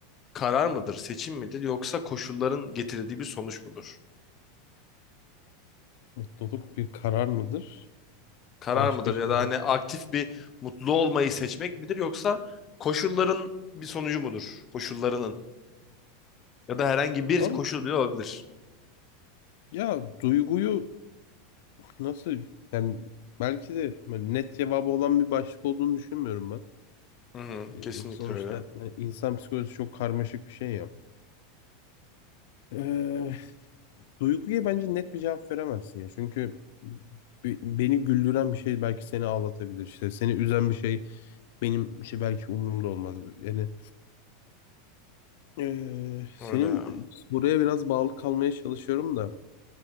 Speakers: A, on the left; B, on the left.
A: karar mıdır, seçim midir yoksa koşulların getirdiği bir sonuç mudur?
B: Mutluluk bir karar mıdır?
A: Karar
B: Başka
A: mıdır
B: şey.
A: ya da hani aktif bir mutlu olmayı seçmek midir yoksa koşulların bir sonucu mudur? Koşullarının ya da herhangi bir
B: Abi
A: koşul bile olabilir.
B: ya duyguyu nasıl yani belki de böyle net cevabı olan bir başlık olduğunu düşünmüyorum ben.
A: Hı hı,
B: Ee,
A: kesinlikle
B: sonuçta
A: öyle.
B: hani insan psikolojisi çok karmaşık bir şey ya. Ee, duyguya bence net bir cevap veremezsin ya. Çünkü bi- beni güldüren bir şey belki seni ağlatabilir. İşte seni üzen bir şey Benim şey belki umurumda olmaz. Yani eee,
A: Öyle
B: senin
A: ya.
B: buraya biraz bağlı kalmaya çalışıyorum da.